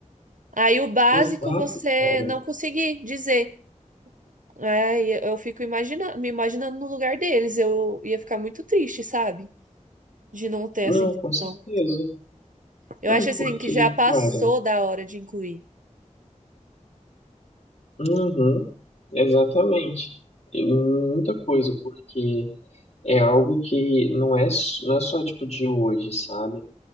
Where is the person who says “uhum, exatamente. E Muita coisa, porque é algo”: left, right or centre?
Left